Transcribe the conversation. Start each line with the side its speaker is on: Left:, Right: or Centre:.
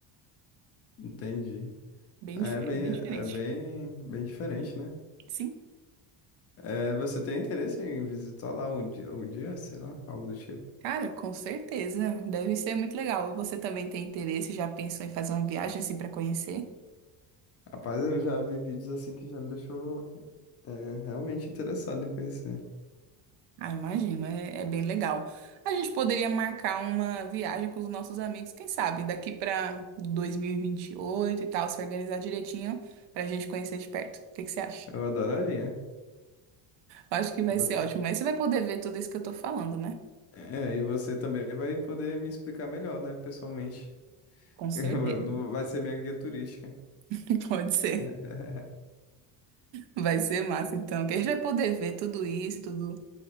Left: Entendi.
Right: Bem,
Left: É
Right: dif-
Left: bem,
Right: é bem
Left: é
Right: diferente.
Left: bem, bem diferente, né?
Right: Sim.
Left: É, você tem interesse em visitar lá um dia, um dia, sei lá, algo do tipo?
Right: Cara, com certeza. Deve ser muito legal. Você também tem interesse, já pensou em fazer uma viagem assim para conhecer?
Left: Rapaz, eu já vi vídeos assim que já me deixou é, realmente interessado em conhecer.
Right: Ah, imagino, é, é bem legal. A gente poderia marcar uma viagem com os nossos amigos, quem sabe, daqui para 2028 e vinte e oito e tal, se organizar direitinho pra gente conhecer de perto. O que que você acha?
Left: Eu adoraria.
Right: Eu Acho que vai
Left: Você,
Right: ser ótimo. Mas você vai poder ver tudo isso que eu tô falando, né?
Left: é, e você também vai poder me explicar melhor, né, pessoalmente.
Right: Com certeza.
Left: <laughs> Eu- Não Vai ser minha guia turística.
Right: <laughs> Pode ser.
Left: <laughs>
Right: Vai ser massa, então. Que a gente vai poder ver tudo isso, tudo